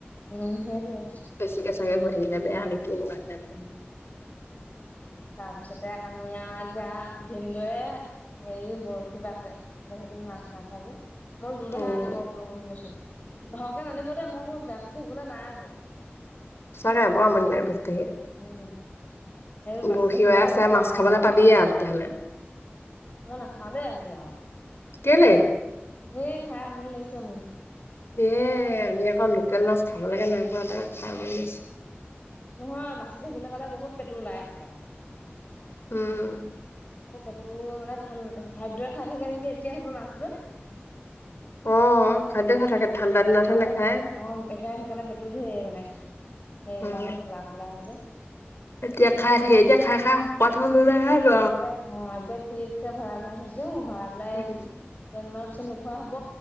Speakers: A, on the left; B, on the left.
A: উম সেইটোৱে।
B: বেছিকে চাগে শুই থাকিলে, বেয়া নেকি <unintelligible> লাগে।
A: উম তাৰপিছতে, আমি আৰু এতিয়া ভিনদেউয়ে হেৰি বৰশী বা আছে, বহুত দিন মাছ নাই খোৱা যে। মই ল়হা
B: উম,
A: আনিব বোলো বুলি কৈছো। ধৰকে নানিব দেই মই আকৌ বাচি থাকিবলৈ নাই আকৌ।
B: সঁচাকে বৰ আমনি লাগে ভাজি থাকি।
A: উম, সেই বাচি
B: বৰশী
A: থাকিবলৈ
B: বাই আছে
A: বৰ
B: মাছ
A: এলাহ
B: খাবলে
A: লাগে
B: পাবিয়ে
A: বমই
B: আৰু তেতিয়াহ'লে।
A: নাখাওঁ দেই আজি আৰু।
B: কেলে,
A: এ খাই আমনি লাগিছে মোৰ।
B: এ আমি আকৌ লোকেল মাছ খাব লাগে নাই পোৱাে খাই ম আছো।
A: নহয় বাচি থাকিবলৈ পালে বহুত পেটো ওলায় এখোপা।
B: উম,
A: আকৌ পেটু মানে খান খাদ্য খাই থাকে নেকি এতিয়া আহিব মাছ বোৰে।
B: অ, খাদ্য খাই
A: সেইকাৰণে
B: থাকে ঠাণ্ডা দিনতহে নাখায়।
A: অ একে সেইকাৰণে পেটু ধঢেৰ মানে, সেইবিলাকত
B: অ'।
A: খোলা-খোলা যে,
B: এতিয়া খাই থাকে, এতিয়া খাই-খাই পথ হ <unintelligible>
A: এতিয়া অ এতিয়া ঠিক যে ভৰা ভৰাতৈ হৈছে ভৰাই পেলাই।
B: উম।
A: কেইদিন মানৰ পিছত নোখোৱা হব